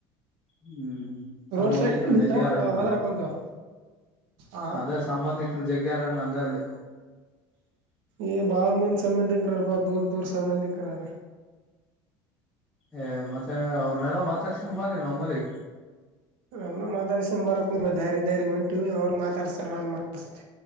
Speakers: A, in the centre; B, on the right.
A: ಹ್ಮ್ ಸಂಬಂಧಿಕರ
B: ರೋಡ್ ಸೈಡ್ ನಿಂತಾವ
A: ಜಗ್ರನಲ್ಲ
B: ಒದರಾಕ್ ಕುಂತಾವ ಆ
A: ಅದೇ ಸಂಬಂಧಿಕರು ಜಗ್ಗ್ಯಾರ ನಂದ ಅಲ್ಲಿ
B: ಏ ಬಾಳ ಮಂದ ಸಂಬಂಧಿಕ್ರಾರಪ್ಪ ದೂರ ದೂರ ಸಂಬಂಧಿಕ್ರಾರ
A: ಏ ಮತ್ತೆ ಅವ್ರನೆಲ್ಲ ಮಾತಾಡ್ಕೊಂಬಾನಿ ನ ಆಮೇಲಿ
B: ನನ್ನ ಮಾತಾಡ್ಸ ಬರಕ ದಾರಿ ದಾರಿ ಉಂಟು ಅವ್ರ ಮಾತಾಡ್ತಾರ ನಾನ ಮಾತಾಸ್